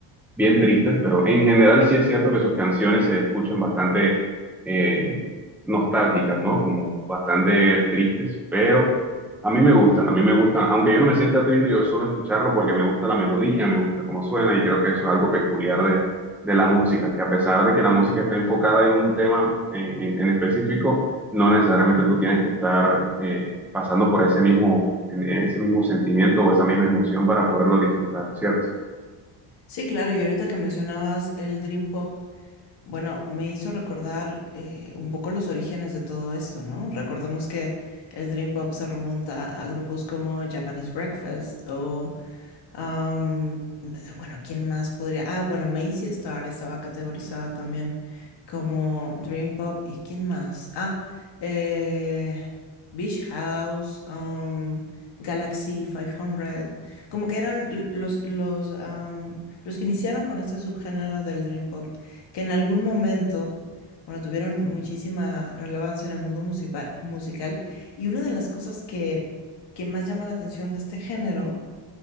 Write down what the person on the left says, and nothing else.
Sí, claro, y ahorita que mencionabas el Dream Pop, bueno, me hizo recordar eh, un poco los orígenes de todo esto, ¿no? Recordemos que el Dream Pop se remonta a grupos como Japanese Breakfast o Am, bueno, ¿quién más podría? Ah, bueno, Macy Star estaba categorizada también como Dream Pop. ¿Y quién más? Ah, eh, Beach House, am, Galaxy 500. Como que eran l- los, los, am, los que iniciaron con este subgénero del Dream Pop, que en algún momento, bueno, tuvieron muchísima relevancia en el mundo musipa- musical. Y una de las cosas que que más llama la atención de este género